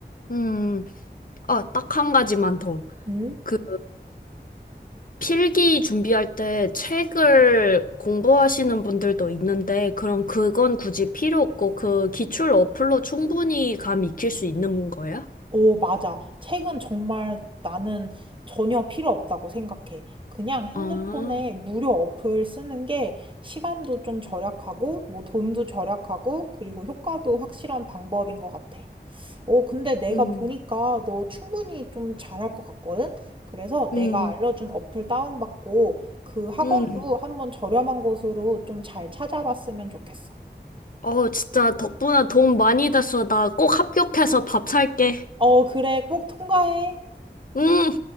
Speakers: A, on the left; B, on the right.
A: 음, 아, 딱 한 가지만 더.
B: 음.
A: 그 필기 준비할 때 책을 공부하시는 분들도 있는데, 그럼 그건 굳이 필요 없고, 그 기출 어플로 충분히 감 익힐 수 있는 거야?
B: 오, 맞아. 책은 정말 나는 전혀 필요 없다고 생각해. 그냥 핸드폰에
A: 아,
B: 무료 어플 쓰는 게 시간도 좀 절약하고, 뭐 돈도 절약하고, 그리고 효과도 확실한 방법인 것 같아. 오, 근데 내가
A: 음,
B: 보니까 너 충분히 좀 잘할 것 같거든? 그래서 내가
A: 음,
B: 음. 알려준 어플 다운받고, 그 학원도
A: 음.
B: 한번 저렴한 곳으로 좀 잘 찾아봤으면 좋겠어.
A: 어, 진짜 덕분에 도움 많이 됐어. 나 꼭 합격해서 밥 살게.
B: 어, 그래. 꼭 통과해.
A: 음.